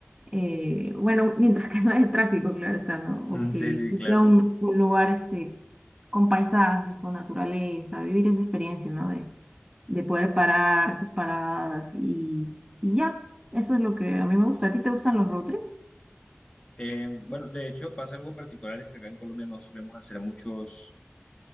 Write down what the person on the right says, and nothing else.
eh, bueno, mientras que no haya tráfico, claro está, ¿no? O
que
sea un, un lugar este, con paisajes, con naturaleza, vivir esa experiencia, ¿no? De, de poder parar, hacer paradas y, y ya. Eso es lo que a mí me gusta. ¿A ti te gustan los road trips?